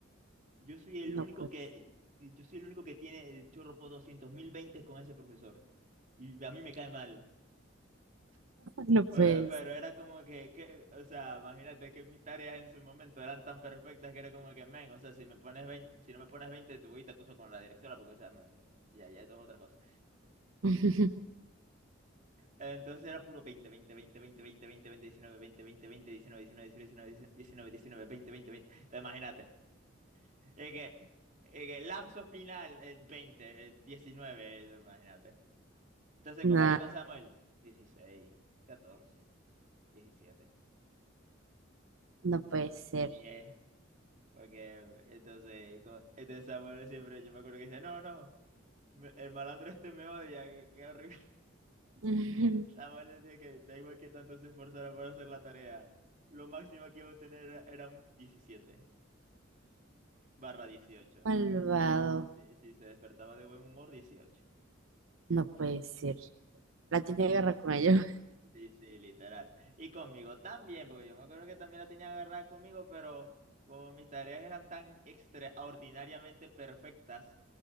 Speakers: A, on the right; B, on the right.
A: Yo soy el
B: No
A: único
B: puede
A: que,
B: ser.
A: yo soy el único que tiene el chorro por 200.000 20 con ese profesor. Y a mí me cae mal.
B: No puede
A: Pero, pero
B: ser.
A: era como que, que, o sea, imagínate que mis tareas en su momento eran tan perfectas que era como que, men, o sea, si me pones 20, si no me pones 20, te voy y te acuso con la directora, porque, o sea, me- ya, ya, esto es otra cosa.
B: <laughs>
A: Entonces era puro veinte, veinte, veinte, veinte, veinte, veinte, 20, 19, 20, 20, 20, diecinueve, diecinueve, diecinueve, diecinueve, 19, 19, veinte. 20, 20. Entonces imagínate, es que, es que el lapso final es 20, es 19, eh, imagínate. Entonces
B: Nah,
A: con Gabriel y con Samuel, dieciséis, catorce, diecisiete,
B: no puede ser.
A: diez. Porque entonces, como- este Samuel siempre, yo me acuerdo que decía, no, no, me- el malandro este me odia, que qué horrible. <laughs>
B: <laughs>
A: Samuel decía que da igual que tanto se esforzara por hacer la tarea, lo máximo que iba a obtener era, era un diecisiete barra dieciocho.
B: Malvado.
A: Sí, sí, se despertaba de buen humor, 18.
B: No puede ser. La tiene guerra con ellos.
A: Sí, sí, literal. Y conmigo también, porque yo me acuerdo que también la tenía agarrada conmigo, pero como mis tareas eran tan extraordinariamente perfectas,